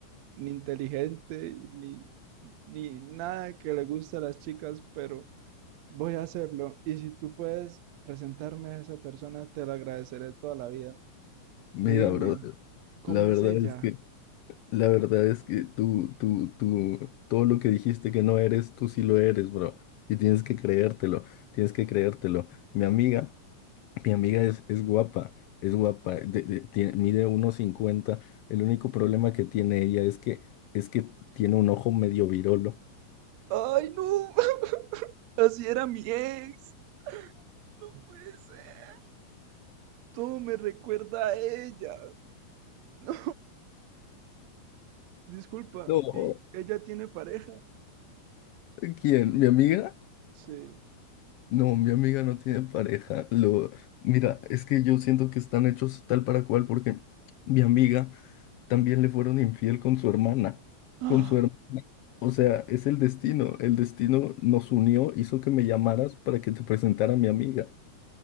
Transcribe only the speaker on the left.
Mira,
brother,
la verdad
es que, la verdad es que tú, tú, tú, todo lo que dijiste que no eres, tú sí lo eres, bro. Y tienes que creértelo, tienes que creértelo. Mi amiga, mi amiga es, es guapa, es guapa, de- de- tiene- mide uno cincuenta. El único problema que tiene ella es que, es que tiene un ojo medio virolo.
No.
¿Quién? ¿Mi amiga?
No, mi amiga no tiene pareja. Lo, mira, es que yo siento que están hechos tal para cual porque mi amiga también le fueron infiel con su hermana,
con su hermana. O sea, es el destino. El destino nos unió, hizo que me llamaras para que te presentara a mi amiga.